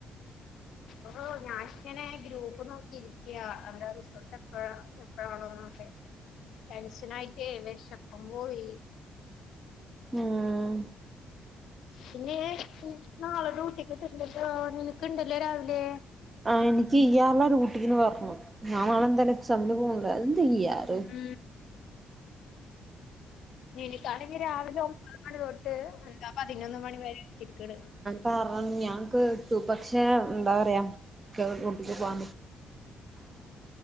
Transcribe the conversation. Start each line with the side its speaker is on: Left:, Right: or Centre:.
Left: ഓഹ് ഞാൻ ഇങ്ങനെ ഗ്രൂപ്പ് നോക്കി ഇരിക്ക്യ എന്റെ റിസൾട്ട് എപ്പഴ എപ്പഴാണോന്നൊക്കെ ടെൻഷനായിട്ടെ വെഷപ്പും പോയി
Right: ഉം
Left: പിന്നെ നാളെ ഡൂട്ടിക്ക്ട്ട നിനക്ക് ണ്ട്ല്ലേ രാവിലെ
Right: ആഹ് എനിക്ക് ഇ്യാറുള്ളാ ഊട്ടിന്ന് പറഞ്ഞു ഞാ നാളെ എന്താലും എക്സമിന് പോകുന്നുണ്ട് അത് എന്താ ഇ്യാറ്
Left: ഉം ഇനിക്കാണെങ്കി രാവിലെ ഒമ്പത് മണി തൊട്ട് എന്താ പതിനൊന്ന് മണി വരെരിക്കണ്
Right: കാരണം ഞാൻ കേട്ടു പക്ഷെ എന്താ പറയാ എനിക്ക് ഡ്യൂട്ടിക്ക് പോവാ